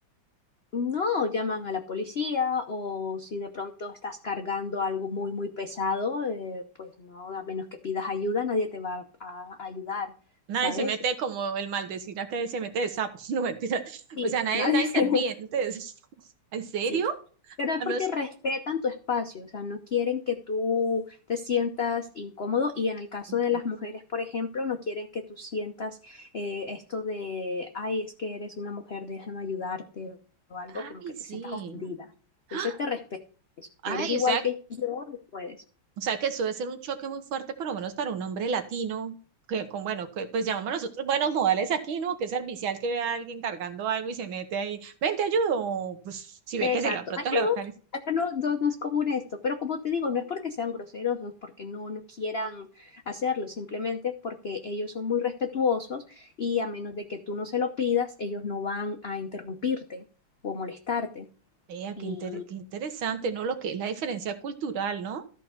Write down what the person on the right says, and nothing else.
nadie
se mete como el maldecir a que se mete de sapo, <laughs> no mentira.
O sea, nadie,
nadie
interviene.
Entonces, <laughs> ¿en serio?
Al
menos,
mm,
ay,
sí.
<gasps>
¡Ah!
Ay,
o sea,
o sea que eso debe ser un choque muy fuerte, por lo menos para un hombre latino, que con, bueno, que, pues llamamos nosotros buenos modales aquí, ¿no? Que servicial que ve a alguien cargando algo y se mete ahí, ven, te ayudo. Pues si ve
que se lo de pronto
le va
a caer
Vea, qué,
inter- qué interesante, ¿no? Lo que es la diferencia cultural, ¿no?